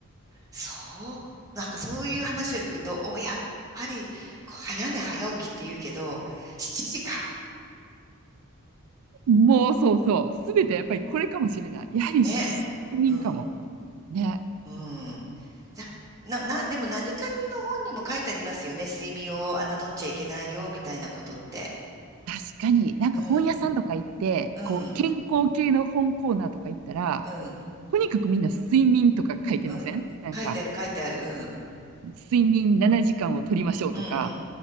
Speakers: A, on the right; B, on the right.
A: そう、なんかそういう話を聞くと、お、やっぱり、こう早寝早起きって言うけど、7時か。
B: もう、そうそう。すべてやっぱりこれかもしれない。
A: うん
B: やはり、
A: ね。
B: 責任かも。
A: うん。
B: ね。
A: うん。だな、な、なでも何かの本にも書いてありますよね。睡眠を侮っちゃいけないよ、みたいなことって。
B: 確かに、なんか本屋さんとか行って、
A: うん。うん。
B: こう、健康系の本コーナーとか行ったら、
A: うん。
B: とにかくみんな睡眠とか書いてませんなんか、
A: うん。書いてある、書いてある。うん。
B: 睡眠7時間を取りましょうとか。
A: うん、うん、